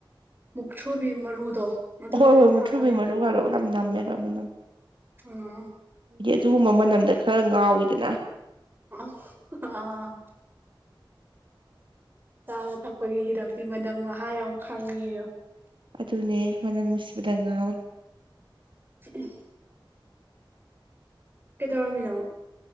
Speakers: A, on the right; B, on the right.
A: ꯃꯨꯛꯊ꯭ꯔꯨꯕꯤ ꯃꯔꯨꯗꯣ ꯑꯗꯨꯁꯨ
B: ꯍꯣꯏ ꯍꯣꯏ ꯃꯨꯊ꯭ꯔꯨꯕꯤ
A: ꯍꯥꯞꯄꯅꯦ
B: ꯃꯔꯨ ꯃꯔꯔꯨ ꯌꯥꯝ ꯅꯝꯃꯦ ꯍꯥꯏ ꯅꯝꯃꯦ
A: ꯑ
B: ꯑꯗꯨꯒꯨꯝꯕ ꯃꯅꯝꯗ ꯈꯔ ꯉꯥꯎꯋꯤꯗꯅ
A: ꯑ ꯑꯥ ꯆꯥꯕ ꯊꯛꯄꯒꯤ ꯍꯤꯔꯝꯗꯤ ꯃꯝ ꯃꯍꯥ ꯌꯥꯝ ꯈꯪꯉꯤꯕꯣ
B: ꯑꯗꯨꯅꯦ ꯃꯅꯝ ꯅꯨꯡꯁꯤꯕꯗ ꯉꯥꯡꯋꯦ
A: ꯎꯝ ꯀꯩꯗꯧꯔꯃꯤꯅ